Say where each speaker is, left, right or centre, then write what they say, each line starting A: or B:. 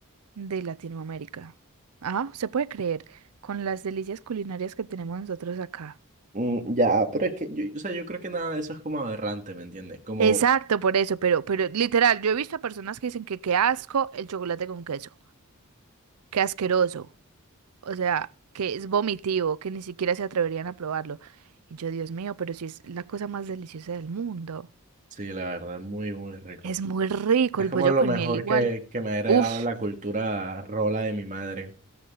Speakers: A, on the right (about 85°); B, on the right (about 35°).
A: de Latinoamérica. Ah, se puede creer, con las delicias culinarias que tenemos nosotros acá.
B: Mm, ya, pero es que yo, o sea, yo creo que nada de eso es como aberrante, ¿me entiendes? Como,
A: Exacto, por eso, pero, pero literal, yo he visto a personas que dicen que qué asco el chocolate con queso, qué asqueroso, o sea, que es vomitivo, que ni siquiera se atreverían a probarlo. Y yo, Dios mío, pero si es la cosa más deliciosa del mundo.
B: sí, la verdad, muy, muy rico.
A: Es muy rico
B: Es
A: el
B: como
A: pollo
B: lo
A: con
B: mejor
A: miel igual.
B: que, que me ha heredado
A: Uf,
B: la cultura rola de mi madre.